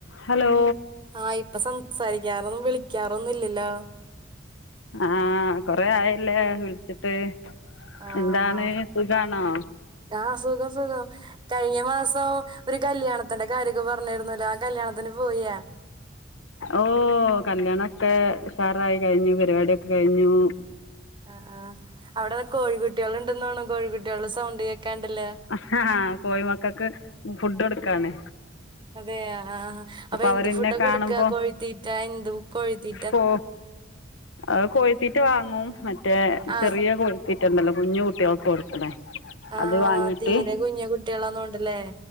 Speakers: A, on the left (about 85°); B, on the right (about 25°).
A: ഹലോ
B: ആഹ് ഇപ്പൊ സംസാരിക്കാറും വിളിക്കാറൊന്നും ഇല്ലല്ലോ
A: ആഹ് കൊറേ ആയല്ലേ വിളിച്ചി ട്ട്
B: ആഹ്
A: എന്താണ് സുഖാണോ
B: ആഹ് സുഖം സുഖം കഴിഞ്ഞ മാസം ഒരു കല്യാണത്തിന്റെ കാര്യൊക്കെ പറഞ്ഞിരുന്നല്ലോ കല്യാണത്തിന് പോയാ
A: ഓഹ് കല്യാണൊക്കെ ഉഷാറായി കഴിഞ്ഞു പരിപാടിയൊക്കെ കഴിഞ്ഞു
B: ആഹ് ആഹ് അവിടെ കോഴികുട്ട്യോള് ഇണ്ടെന്ന് തോന്നണ് കോഴികുട്ടികളുടെ സൗണ്ട് കേക്കാണ്ടില്ല
A: ആഹാ കോഴി മക്കക്ക് ഫുഡ് കൊടുക്കാണ്
B: അതെയാ ആഹ് അപ്പൊ എന്ത്
A: അവരെന്നെ
B: ഫുഡാ കൊടുക്കാ
A: കാണുമ്പോ
B: കോഴിത്തീറ്റാ എന്ത് കോഴിത്തീ
A: കോ അത് കോഴത്തീറ്റ വാങ്ങും മറ്റേ
B: ആഹ്
A: ചെറിയ കോഴി ത്തീറ്റെണ്ടല്ലാ കുഞ്ഞു കുട്ടിയോൾക്ക് കൊടുക്കണെ
B: ആഹ്
A: അത് വാങ്ങീട്ട്
B: തീരെ കുഞ്ഞു കുട്ടികളാന്നോണ്ടല്ലേ